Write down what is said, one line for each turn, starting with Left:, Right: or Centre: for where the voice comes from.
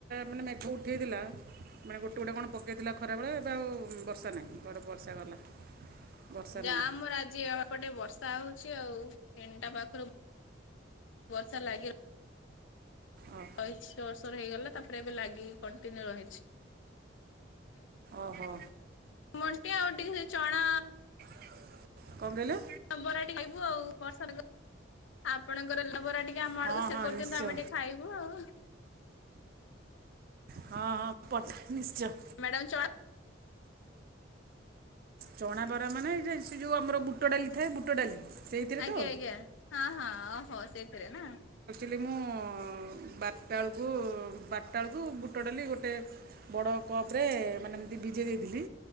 Right: ମାନେ ମେଘ ଉଠେଇଥିଲା ମାନେ ଗୋଟେ ଗୋଟେ କଣ ପକାଇଥିଲା ଖରାବେଳେ ବା ଆଉ ବର୍ଷା ନାହିଁ କୁଆଡ଼େ ବର୍ଷା ଗଲା ବର୍ଷା
Left: ଯା
Right: ନାହିଁ
Left: ଆମର ଆଜି ଗଟେ ବର୍ଷା ହଉଛି ଆଉ ଫେନ୍ଟା ପାଖରୁ ବର୍ଷା ଲାଗି ର
Right: ଓ
Left: କଇ ଛ ବର୍ଷର ହେଇଗଲା ତାପରେ ଏବେ ଲାଗିକି କଣ୍ଟିନ୍ୟୁ ରହିଛି
Right: ଓହୋ
Left: ଣ୍ଟିେ ଆଉ ଟିକ ସେ ଚଣା
Right: କଣ କହିଲ
Left: ତ ବରାଟି ଖାଇବୁ ଆଉ ବର୍ଷ ଆପଣଙ୍କର ଲୋବରା ଟିକେ ଆମ
Right: ହଁ
Left: ଆଡକୁ ସେ
Right: ହଁ
Left: କରିଦିଅନ୍ତୁ
Right: ନିଶ୍ଚୟ
Left: ଆମେ ଟିକେ ଖାଇବୁ ଆଉ ହ
Right: ହଁ ପଠା ହଁ ନିଶ୍ଚୟ
Left: ମ୍ୟାଡ଼ାମ ଚା
Right: ଚଣା ବରା ମାନେ ଏଇ ସେ ଯୋଉ ଆମର ବୁଟ ଡାଲି ଥାଏ ବୁଟ ଡାଲି ସେଇଥିରେ
Left: ଆଜ୍ଞା
Right: ତ
Left: ଆଜ୍ଞା ହଁ ହଁ ଓହୋ ସେଇଥିରେ ନା
Right: ଖଲି ମୁଁ ବାରଟା ବେଳକୁ ବଟଟା ବେଳକୁ ବୁଟ ଡାଲି ଗୋଟେ ବଡ଼ କପ୍ରେ ମାନେ ଏତେ ବିଜେ ଦେଇଥିଲି